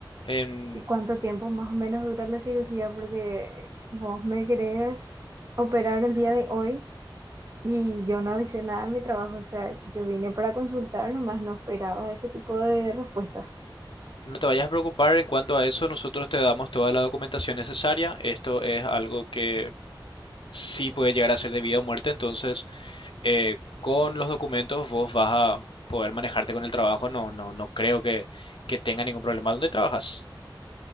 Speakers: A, on the left (about 75°); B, on the right (about 40°).
A: Em,
B: ¿Y cuánto tiempo más o menos dura la cirugía? Porque vos me querés operar el día de hoy y yo no avisé nada en mi trabajo. O sea, yo vine para consultar, nomás no esperaba este tipo de respuesta.
A: no te vayas a preocupar en cuanto a eso, nosotros te damos toda la documentación necesaria. Esto es algo que sí puede llegar a ser de vida o muerte, entonces eh, con los documentos vos vas a poder manejarte con el trabajo. No, no, no creo que, que tenga ningún problema. ¿Dónde trabajas?